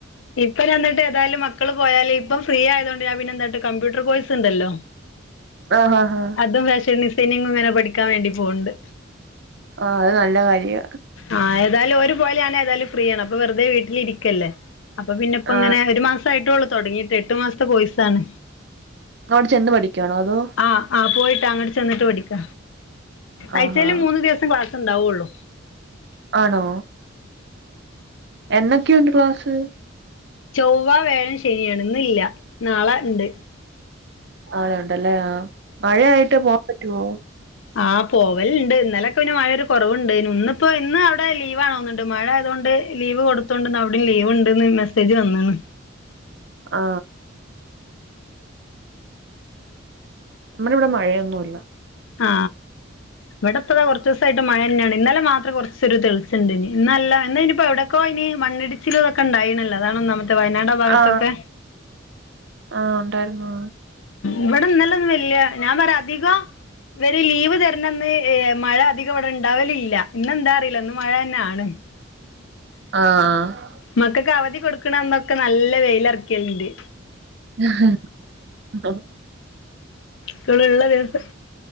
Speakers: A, on the left; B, on the right.
A: ഇപ്പഞ്ഞാന്ന്ട്ട് ഏതായാലും മക്കള് പോയാല് ഇപ്പം ഫ്രീ ആയതുകൊണ്ട് ഞാ പിന്നെന്താട്ട് കമ്പ്യൂട്ടർ കോഴ്സ് ഇണ്ടല്ലോ.
B: ആഹ് ആഹ് ആഹ്
A: അതും ഫാഷൻ ഡിസൈനിങ്ങുംങ്ങനെ പഠിക്കാൻ വേണ്ടി പോക്ണ്ട്.
B: ആഹ് അത് നല്ല കാര്യ.
A: ആഹ് ഏതായാലും ഓര് പോയാല് ഞാൻ ഏതാലും ഫ്രീയാണ് അപ്പൊ വെറുതെ വീട്ടിലിരിക്കല്ലേ. അപ്പ പിന്നെപ്പ
B: ആഹ്
A: ഇങ്ങനെ ഒരു മാസ ആയിട്ടൊള്ളൂ തൊടങ്ങിട്ട് എട്ട് മാസത്തെ കോഴ്സ് താണ്
B: അവിടെ ചെന്ന് പഠിക്കുവാണോ അതോ
A: ആഹ് ആഹ് പോയിട്ട അങ്ങട് ചെന്നിട്ട് പടിക്ക ആഴ്ച്ചേൽ
B: ആഹാ
A: മൂന്ന് ദിവസം ക്ലാസ്ണ്ടാവുള്ളു.
B: ആണോ എന്നക്കെയുണ്ട് ക്ലാസ്സ്?
A: ചൊവ്വ, വേഴം, ശനിയാണ് ഇന്ന്ല്ല നാളെ ഇണ്ട്.
B: ആളെണ്ടല്ലേ ആഹ് മഴയായിട്ട് പോവാൻ പറ്റോ?
A: ആഹ് പോവല്ണ്ട് ഇന്നലക്കെ പിന്നെ മഴ ഒരു കൊറവ്ണ്ടേയ്നു. ഇന്ന് ഇപ്പോ ഇന്ന് അഒടെ ലീവ് ആണോന്നുണ്ട് മഴ അതൊണ്ട് ലീവ് കൊടുത്തോണ്ട്ന്ന് അഒടിം ലീവ് ഉണ്ട്ന്ന് മെസ്സേജ് വന്ന്ണ്.
B: ആ. നമ്മടെവിടെ മഴയൊന്നുല്ല.
A: ആ, ഇവിടെപ്പത കൊറച്ചുസായിട്ട് മഴന്നെയാണ് ഇന്നലെ മാ ത് കൊറച്ചൊരു തെളിച്ചണ്ടിനി. ഇന്നല്ല ഇന്നയിനിപ്പോ എവിടക്കോയ്നി മണ്ണിടിച്ചിലതൊക്കണ്ടായിനലോ അതാണ് ഒന്നാമ്മത്തെ വയനാട്. ഭാഗത്തൊക്കെ
B: ആ, ആ, ഉണ്ടായിരുന്നു.
A: ഇവിടെന്നല്ലൊന്നുല്യ ഞാൻ പറ അധികം ഇവര് ലീവ് തര് ണന്ന് ഏ, മഴ അധികം. ക്കെ അവിടെ ഇണ്ടാവലില്ല. ഇന്നെന്താ അറിയില്ല ഇന്ന് മഴന്നെയാണ്.
B: ആഹ്
A: മക്കക്ക് അവധി കൊടുക്കണന്നൊക്കെ നല്ല വെയിലറയ്ക്കിലിണ്ട്.
B: ഹ <unintelligible> ഹ.
A: ക്ക്ൾയിളള്ള ദിവസം.